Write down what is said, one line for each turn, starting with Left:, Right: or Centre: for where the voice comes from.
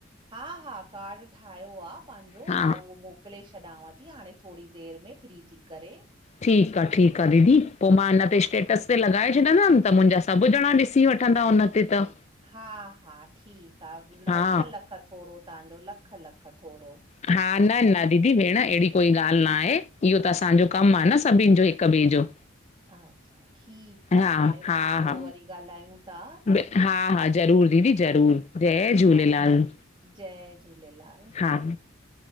Right: हा हा कार्ड ठाहियो आ पांजो
Left: हा
Right: मां उहो मोकिले छॾियांव थी हाणे थोरी देर में फ्री थी करे।
Left: ठीकु आ ठीकु आ दीदी, पो मां हिन ते
Right: हा
Left: स्टेटस ते लॻाए छॾंदमि त मुंजा सभु ॼणा ॾिसी वठंदा हुन ते त।
Right: हा हा ठीक आहे लख
Left: हा
Right: लख थोरो तहांजो, लख लख थोरो।
Left: हा न न दीदी भेण अहिड़ी कोई ॻाल्हि न आहे इहो त असांजो कमु आहे न सभिन जो हिक ॿे जो।
Right: अच्छा ठीकु आ,
Left: हा
Right: हाणे
Left: हा
Right: पो
Left: हा
Right: वरी ॻाल्हायूं था।
Left: बि- हा हा, जरूर दीदी जरूरु जय झूलेलाल।
Right: हा जय झूलेलाल।
Left: हा,